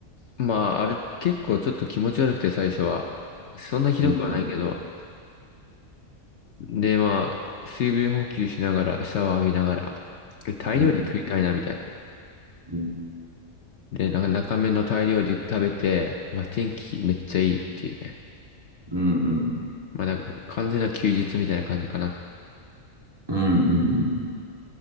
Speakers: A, on the left; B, on the right.
A: まあ、あれ、結構ちょっと気持ち悪くて最初は。そんなひどくはないけど、
B: うんうん
A: で、まあ、水分補給しながら、シャワー浴びながら、でタイ料理食いたいな、
B: うん
A: みたいな。
B: うん
A: で、なんか中目のタイ料理食べて、まあ天気めっちゃいいっていうね。
B: うんうん
A: まあなんか完全な休日みたいな感じかな。
B: うんうん